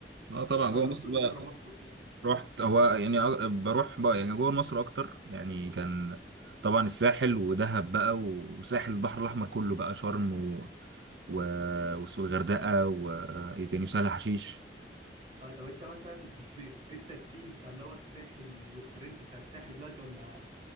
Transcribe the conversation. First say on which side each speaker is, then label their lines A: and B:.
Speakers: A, on the right; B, on the right.
A: اه طبعا
B: سفرك
A: جوه مصر
B: كله
A: بقى
B: بره مصر وكده
A: رحت هو يعني أ- بروح بقى يعني جوه مصر اكتر يعني كان طبعا الساحل ودهب بقى وساحل البحر الاحمر كله بقى شرم و و والغردقه وايه تاني وسهل حشيش
B: اه طب انت مثلا في الصيف انت التيم بتاع اللي هو الساحل والترند بتاع الساحل دلوقتي ولا